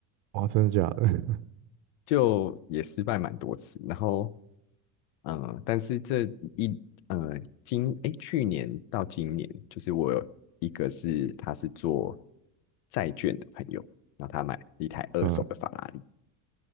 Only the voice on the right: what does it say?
哇，真的假的？<laughs>
嗯，